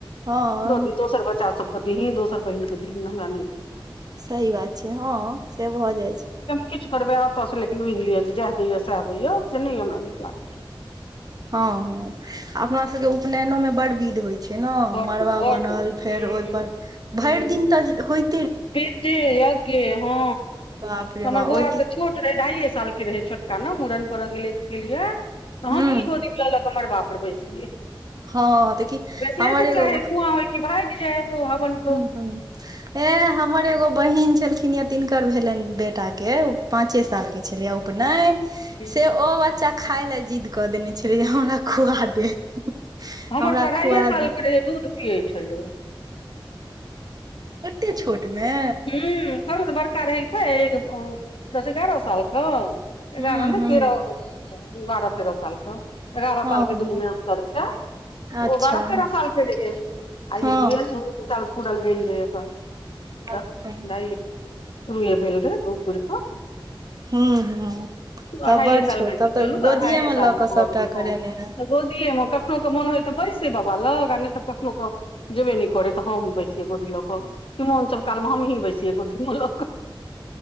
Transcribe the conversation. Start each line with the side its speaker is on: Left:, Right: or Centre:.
Right: हँ
Left: दऽ दी दोसर बच्चा सब के दिहीन दोसर बहिन कऽ दीहीन हमरा नै दे।
Right: सही बात छै हँ से भऽ जाइ छै।
Left: किछ करबै आ ओतऽ सँ लेकिन बुइझ लिय जेएह दैयऽ सेएह दैयऽ से नै हमरा नीक लागैत रहैये।
Right: हँअ अपना सबके उपनैनो में बड विध होइ छै। जेना
Left: बड्ड
Right: मड़बा
Left: बड्ड
Right: बनल फेर
Left: हूं
Right: ओहि पर भरि
Left: हूं
Right: दिन त होइत
Left: विधि यज्ञे हँ
Right: बाप रे
Left: हमर
Right: बाप
Left: बौवा
Right: ओहि
Left: तऽ छोट रहै ढा़ईये साल के रहै छोटका न मुड़न करऽ गेलियै त गेलियै तऽ
Right: हूँ
Left: हमही गोदी मे लऽ लऽ कऽ मड़बा पर बैसलियै।
Right: हँ देखि
Left: बैसैये
Right: हमर
Left: ने
Right: एगो
Left: चाहै धूवां होइ कि भाइग जाय ओ हवन कऽ।
Right: हँ। एं हमर एगो बहिन छलखिन ये तिनकर भेलनि बेटा के ओ पाँंचे
Left: लागै
Right: साल के छलैये उपनयन से
Left: हूँ
Right: ओ बच्चा खाय ले जिद्द कऽ देने छलै जे हमरा खुवा दे।
Left: हमर
Right: हमरा
Left: तऽ अरहाइये
Right: खुआ
Left: सालके रहै दूध पियै छलै।
Right: एत्ते छोट मे?
Left: ह्म करो तऽ बड़का रहै कोइ दस एगारह साल क?
Right: हुं
Left: एगारह नहि
Right: हुं
Left: तेरह बारह तेरह सालकऽ। एगारह
Right: हँ
Left: साल के
Right: हँ
Left: दुनू मे अन्तर छै। त
Right: अच्छा
Left: ओ बारह तेरह साल के रहै आ
Right: हँ
Left: ई दुए साल पूरल भेल रहै पर
Right: अच्छा
Left: धत नहि तुए भेल रहै दु पुरक।
Right: हू ह
Left: अढ़ाइए
Right: तब बड़
Left: साल
Right: छोट
Left: मानि
Right: तब
Left: कऽ
Right: तऽ
Left: चलू
Right: गोदिये
Left: अढ़ाइए
Right: मे
Left: साल
Right: लऽ क
Left: भऽ
Right: सबटा
Left: गेलै
Right: करेने
Left: हँ
Right: हेब।
Left: तऽ गोदिये मे कखनो क मोन होइ तऽ बैस बाबा लग आ नहि तऽ कखनो क जेबे नहि करै तऽ हम बैसियै गोदी लऽक चुमान सभ काल मे हमहीं बैसियै गोदीमे लक।